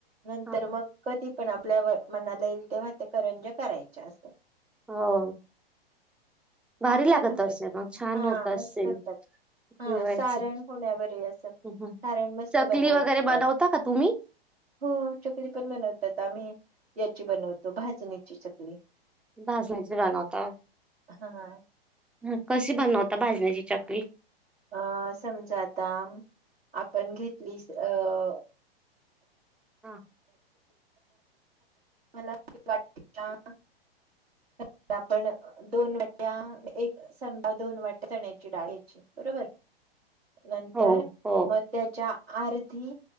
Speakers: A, on the right; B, in the centre.
A: नंतर
B: हां, हां.
A: मग कधी पण आपल्या मनाला येईल तेवते करंज करायचे असं.
B: हो. भारी
A: छान
B: लागत
A: होतात
B: असेल मग छान
A: हा
B: होत
A: मस्त
B: असेल
A: होतात. हा
B: दिवाळीची.
A: सारण होण्यावरही अस ण
B: हं, हं.
A: मस्त
B: चकली
A: बनवतात
B: वगैरे बनवता का तुम्ही?
A: हो चकली पण बनवतात. आम्ही याची बनवतो भाजणीची चकरी
B: दास नाहीच राण होता.
A: हा हा
B: हा कशी बनवता भाजण्याची चकली
A: अं समजा आता आपण घेतली अं
B: हां.
A: ला वाट का <unintelligible>
B: <unintelligible>
A: तर आपण दोन वाट्या एक समजा दोन वाट्या चण्याची डाळ्याची बरोबर
B: <unintelligible>
A: नंतर
B: हो.
A: म त्याच्या अर्धी